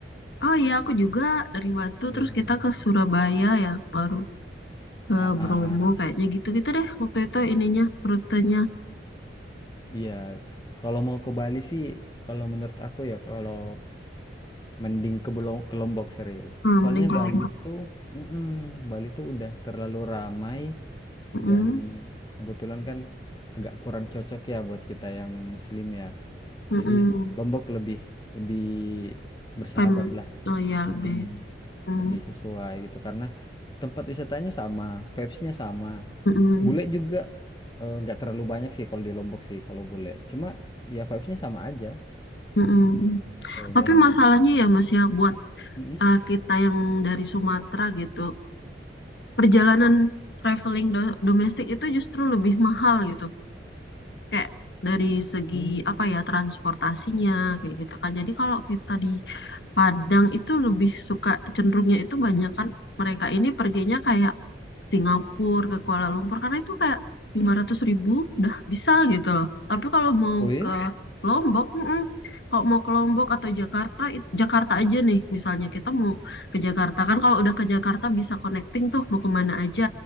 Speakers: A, on the left; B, on the left.
A: Oh iya, aku juga dari Batu
B: Iya.
A: terus
B: iya, iya.
A: kita ke Surabaya ya, baru ke
B: Ah, ah.
A: Bromo kayaknya gitu-gitu deh waktu itu ininya rutenya.
B: Iya, kalau mau ke Bali sih, kalau menurut aku ya, kalau mending ke Belo- ke Lombok serius.
A: Hmm,
B: Soalnya
A: mending kalau
B: Bali tuh, mm-mm, Bali tuh udah terlalu ramai
A: Mm -mm.
B: dan kebetulan kan agak kurang cocok ya buat kita yang Muslim ya.
A: Mm
B: Jadi
A: -mm.
B: Lombok lebih lebih bersahabat
A: Pem-
B: lah,
A: Oh iya lebih.
B: Mm-mm,
A: hmm.
B: Lebih sesuai gitu karena tempat wisatanya sama, vibes-nya sama.
A: Mm-mm,
B: Bule juga eh, nggak terlalu banyak sih kalau di Lombok sih kalau bule. Cuma ya vibes-nya sama aja.
A: mm-mm.
B: Eh,
A: Tapi
B: dan
A: masalahnya ya Mas ya buat
B: Mm-mm.
A: uh, kita yang dari Sumatera gitu, perjalanan traveling do- domestik itu justru lebih mahal gitu. Kayak dari segi
B: Hmm.
A: apa ya transportasinya kayak gitu kan. Jadi kalau kita di Padang itu lebih suka cenderungnya itu banyak kan mereka ini perginya kayak Singapura ke Kuala Lumpur karena itu kayak lima ratus ribu udah bisa gitu loh. Tapi kalau mau
B: Oh iya?
A: ke Ya. Lombok, mm-mm. Kalau mau ke Lombok atau Jakarta, it- Jakarta aja nih misalnya kita mau ke Jakarta kan kalau udah ke Jakarta bisa connecting tuh mau kemana aja